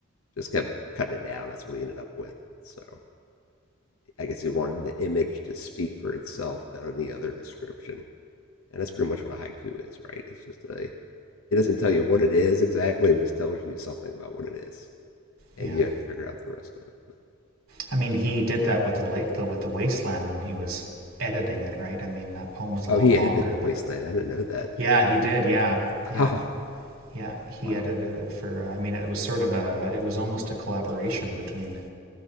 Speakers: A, on the left (about 85°); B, on the right (about 85°).
A: just kept cutting it down. That's what he ended up with. So I guess he wanted the image to speak for itself than any other description, and that's pretty much what a haiku is, right? It's just a. It doesn't tell you what it is exactly. It just tells you something about what it is, and
B: Yeah,
A: you have to figure out the rest of it. But,
B: I mean he did that with the late the, with the Wasteland when he was editing it, right? I mean that poem was a
A: oh,
B: lot
A: he
B: longer,
A: edited the
B: but
A: Wasteland. I didn't know that.
B: Yeah, he did. Yeah, yeah,
A: Oh,
B: yeah. He
A: wow.
B: edited it for. Uh, I mean, it was sort of a. It was almost a collaboration between.